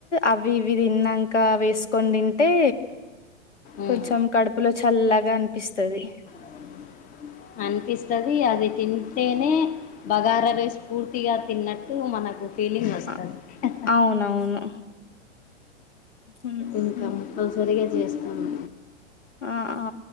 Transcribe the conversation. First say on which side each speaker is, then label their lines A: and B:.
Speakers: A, on the left; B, on the left.
A: అవి ఇవి తిన్నంక వేసు కొని తింటే
B: ఉమ్.
A: కొంచెం కడుపులో చల్లగా అనిపిస్తది
B: అవును అనిపిస్తది అది తింటేనే బగార రైస్ పూర్తిగా తిన్నట్టు మనకు ఫీలింగ్ వస్తది
A: అ
B: అవునా
A: అవునవును హ్మ్.
B: ఇం
A: హ్మ్.
B: కంపల్సరిగా చేస్తాను
A: ఆ ఆ